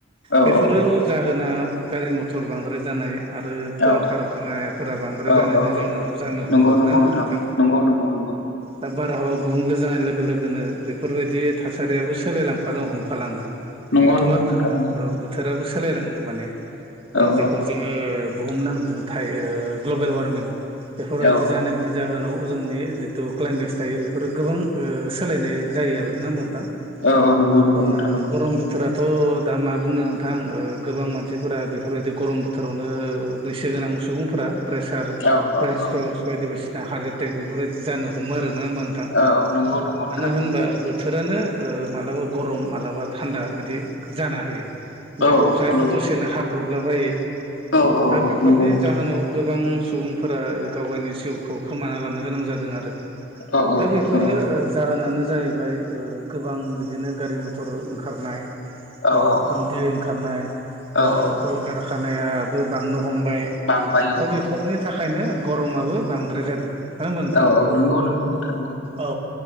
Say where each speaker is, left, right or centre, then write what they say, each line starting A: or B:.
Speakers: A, on the left; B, on the right.
A: औ
B: बेफोरो
A: औ
B: जाहोना गारि मथर बांद्राय जानाय आरो कल
A: औ
B: कारखानायाफोरा बांद्राय
A: औ
B: जानायनि
A: औ
B: जाहोनाव
A: औ
B: जानो हमदोंना
A: नंगौ नंगौ
B: नोंथां
A: नंगौ नंगौ
B: दा बारहावा गुबुंले जानाय लोगो लोगोनो बेफोरबायदि थासारियाबो सोलायलांफानो हमफालाङो
A: नंगौ नंगौ
B: नङा होनबा नोंथां
A: नंगौ
B: औ बोथोराबो सोलायलाङो माने
A: औ
B: जायखौ
A: औ
B: जोङो बुहुम नांथाय ओ ग्लबेल वारमिं बेफोरबायदि
A: औ
B: जानायनि जाहोनाव जोंनि जिथु क्लाइमेक्स थायो बेफोरो गोबां ओ सोलायनाय जायो आरो नङा होमबा नोंथां?
A: औ औ नंगौ।
B: ओ
A: नंगौ नोंथां नंगौ
B: गरम बोथोर थ' दा मा बुंनो नोंथां ओ गोबां मानसिफोरा बेफोरबायदि गरम बोथोरावनो बैसो गोनां सुबुंफोरा प्रेसार
A: औ औ
B: ब्रेइन
A: औ
B: स्ट्रक्स बायदिसिना हार्ट एटेक बेफोरबायदि जानो हमो आरो नङा होमबा नों थां
A: औ औ नंगौ नंगौ नोंथां
B: मानो
A: नंगौ
B: होनबा थोरानो ओ माब्लाबा गरम मालाबा थान्दा बिदि जानो हायो।
A: औ
B: ओमफ्राय अखायाबो
A: नंगौ
B: दसेनो हाब्रबलाबायो
A: औ
B: दा
A: औ
B: बेफोरनि
A: नंगौ नोंथां
B: जाहोनाव गोबां सुबुंफोरा गाव गावनि जिउखौ खोमाना लानो गोनां जादों आरो।
A: औ औ
B: दा बेफोरो
A: नोंथां औ
B: जाहोनानो जाहैबाय ओ गोबां बिदिनो गारि मथर ओंखारनाय
A: औ
B: बा उखुन्दै ओंखारनाय
A: औ
B: ओ
A: औ
B: कारखानायाबो बांनो हमबाय
A: बांबाय औ
B: दा बेफोरनि बे थाखायनो गरमाबो बांद्राय जादों। नङा होमबा नोंथां
A: औ औ नंगौ नंगौ नोंथां नंगौ।
B: औ